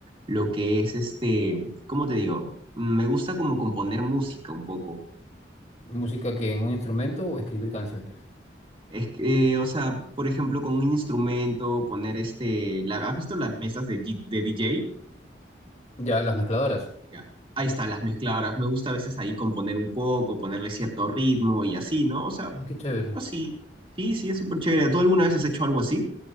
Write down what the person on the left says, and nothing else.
Música que en un instrumento o escribir canciones.
Ya, las mezcladoras.
Ay, Qué chévere.